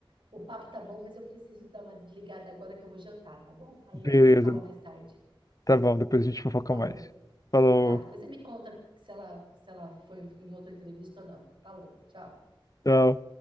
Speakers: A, on the right; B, on the left.
A: o papo tá bom, mas eu preciso dar uma desligada agora que eu vou jantar, tá bom? Aí
B: <laughs>
A: a
B: Beleza.
A: gente se fala mais tarde.
B: Tá bom, depois a gente fofoca
A: Falou.
B: mais. Falou.
A: Tá, depois você me conta se ela, se ela foi em outra entrevista ou não. Falou, tchau.
B: Tchau.